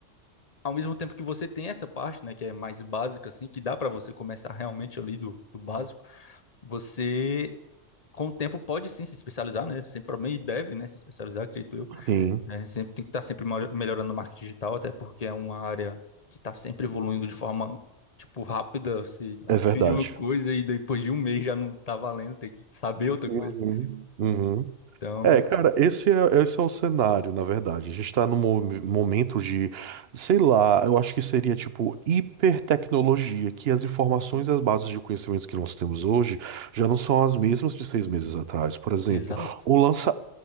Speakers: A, on the left; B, on the right.
A: ao mesmo tempo que você tem essa parte, né, que é mais básica, assim, que dá para você começar realmente ali do, do básico, você, com o tempo, pode sim se especializar, né? Sem problema, e deve, né, se especializar, acredito eu.
B: Sim.
A: A gente sempre tem que estar sempre mora- melhorando o marketing digital, até porque é uma área que está sempre evoluindo de forma, tipo, rápida. Você <laughs> aprende
B: É verdade.
A: uma coisa e depois de um mês já não tá valendo, tem que saber outra
B: Uhum.
A: coisa,
B: Uhum.
A: né? Então,
B: É, cara, esse é, esse é o cenário, na verdade. A gente está num mo- momento de, sei lá, eu acho que seria tipo hipertecnologia, que as informações
A: Uhum.
B: e as bases de conhecimentos que nós temos hoje já não são as mesmas de seis meses atrás. Por exemplo,
A: exato.
B: o lança.